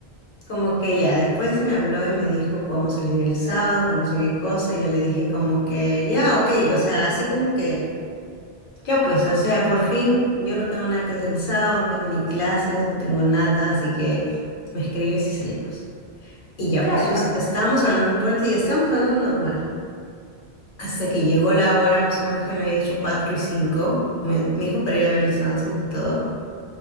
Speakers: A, on the left; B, on the right.
A: Como que ya, después me habló y me dijo, podemos salir el sábado, que no sé qué cosa. Y yo le dije como que, ya, ok, o sea, así como que... Ya pues, o
B: Ujú.
A: sea, por fin yo no tengo nada que hacer el sábado, no tengo ni clases, no tengo nada, así que me escribes y salimos. Y ya
B: claro,
A: pues, yo
B: ajá.
A: est- estábamos hablando todo el día, estábamos hablando normal. Hasta que llegó la hora más o menos que me lo había hecho 4 y 5 me, me dijo para ir a ver el sunset y todo.